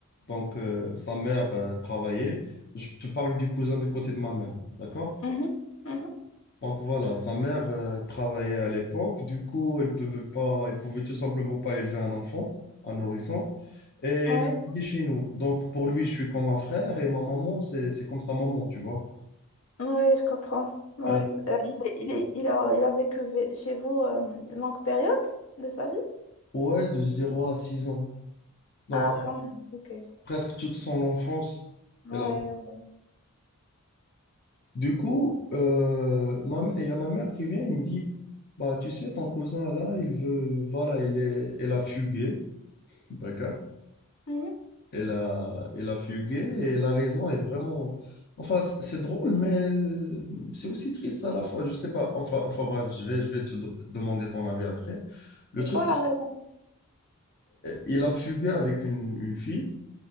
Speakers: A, on the left; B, on the left.
A: Donc, euh, sa mère euh, travaillait. Je te parle du cousin du côté de ma mère, d'accord?
B: mhm, mhm,
A: Donc voilà, sa mère euh, travaillait à l'époque. Du coup, elle pouvait pas, elle pouvait tout simplement pas élever un enfant, un nourrisson. Et elle
B: Ouais.
A: a grandi chez nous. Donc pour lui, je suis comme un frère et ma maman, c'est, c'est comme sa maman, tu vois.
B: Ouais, je comprends. Ouais.
A: Euh,
B: Euh, il, est- il, est- il a, il a vécu ve- chez vous euh, une longue période de sa vie?
A: ouais, de zéro à 6 ans. Donc
B: Ah, quand même. Ok. Ouais,
A: presque toute son enfance,
B: ouais.
A: elle a...
B: ouais.
A: Du coup, euh, ma m- il y a ma mère qui vient, il me dit, bah, tu sais, ton cousin là, il veut, voilà, il est, elle a fugué, d'accord?
B: Mhm.
A: Elle a, elle a fugué et la raison est vraiment, enfin, c- c'est drôle, mais euh, c'est aussi triste à la fois, je sais pas, enfin, enfin, bref, je vais, je vais te de- demander ton avis après. Le
B: C'est
A: truc,
B: quoi
A: c'est
B: la raison?
A: qu'il a fugué avec une, une fille